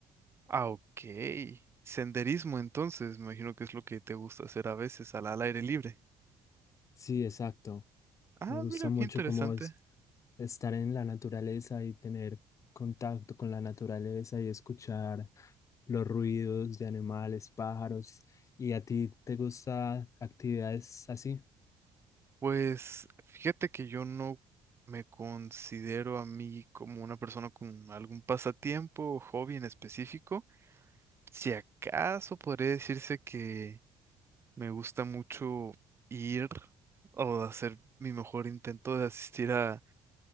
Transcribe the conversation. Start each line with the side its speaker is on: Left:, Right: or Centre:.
Right: Ah, ok. Senderismo, entonces, me imagino que es lo que te gusta hacer a veces al, al aire libre.
Left: Sí, exacto.
Right: Ah,
Left: Me gusta
Right: mira,
Left: mucho
Right: qué interesante.
Left: como es- estar en la naturaleza y tener contacto con la naturaleza y escuchar los ruidos de animales, pájaros. ¿Y a ti te gusta actividades así?
Right: Pues fíjate que yo no me considero a mí como una persona con algún pasatiempo o hobby en específico. Si acaso podría decirse que me gusta mucho ir o hacer mi mejor intento de asistir a